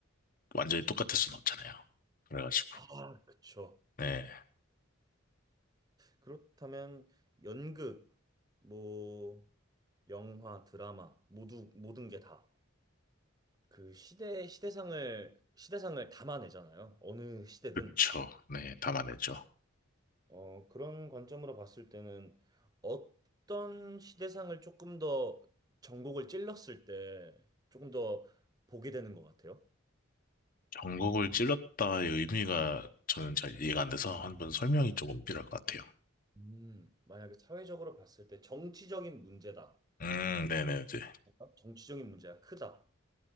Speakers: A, on the left (about 40°); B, on the right (about 20°).
A: 완전히 똑같을 순 없잖아요. 그래가지고,
B: 아, 그쵸.
A: 네,
B: 그렇다면 연극, 뭐 영화, 드라마 모두 모든 게 다. 그 시대, 시대상을, 시대상을 담아내잖아요. 어느 시대든.
A: 그쵸. 네, 담아내죠.
B: 어, 그런 관점으로 봤을 때는 어떤 시대상을 조금 더 전곡을 찔렀을 때 조금 더 보게 되는 것 같아요.
A: 전곡을 찔렀다의 의미가 저는 잘 이해가 안 돼서 한번 설명이 조금 필요할 것 같아요.
B: 음, 만약에 사회적으로 봤을 때 정치적인 문제다.
A: 음,
B: 요-
A: 네네, 이제.
B: 정치적인 문제가 크다.